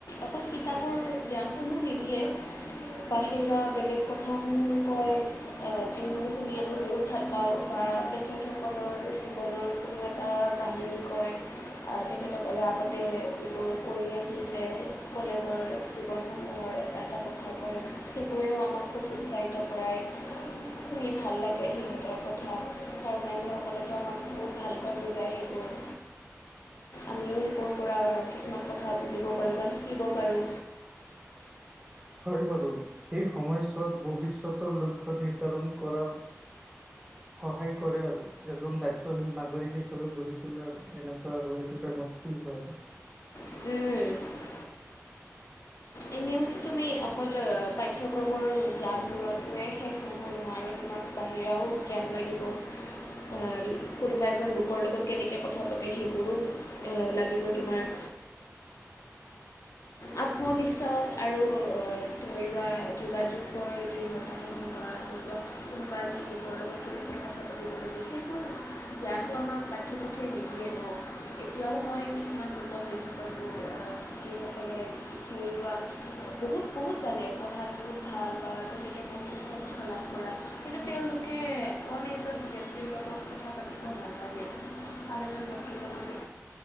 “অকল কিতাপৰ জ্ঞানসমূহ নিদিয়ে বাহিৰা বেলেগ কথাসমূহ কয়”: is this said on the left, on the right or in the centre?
Left